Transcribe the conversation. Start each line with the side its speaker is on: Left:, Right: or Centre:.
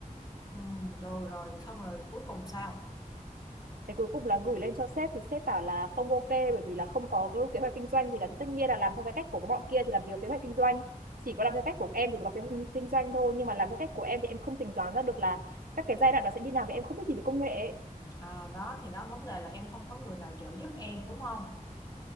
Left: ừ, rồi rồi xong rồi cuối cùng sao
Right: thế cuối cùng là gửi lên cho sếp thì sếp bảo là không ok bởi vì là không có cái kế hoạch kinh doanh gì cả thì tất nhiên là làm theo cái cách của bọn kia thì làm gì có kế hoạch kinh doanh chỉ có làm theo cách của em thì có kế hoạch kinh doanh thôi nhưng mà làm theo cách của em thì em không tính toán ra được là các cái giai đoạn đó sẽ như nào vì em không biết gì về công nghệ ấy.
Left: à, đó thì đó vấn đề là em không có người nào trợ giúp em đúng không